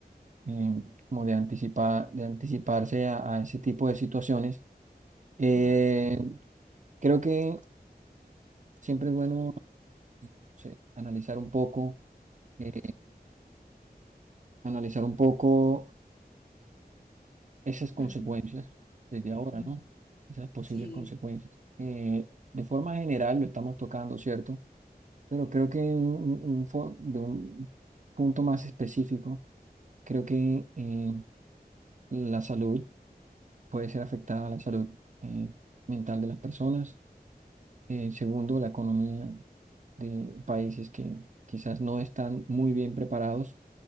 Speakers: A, on the right; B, on the left.
A: eh, como de anticipar, de anticiparse a, a ese tipo de situaciones. Eh,
B: Mm,
A: creo que siempre es bueno, no sé, analizar un poco, eh, analizar un poco esas consecuencias
B: ujú,
A: desde ahora,
B: mm,
A: ¿no? Esas posibles
B: Sí.
A: consecuencias. Eh, de forma general lo estamos tocando, ¿cierto? Pero creo que en un- un fo- de un punto más específico Creo que eh, la salud puede ser afectada, la salud eh, mental de las personas. Eh, segundo, la economía de países que quizás no están muy bien preparados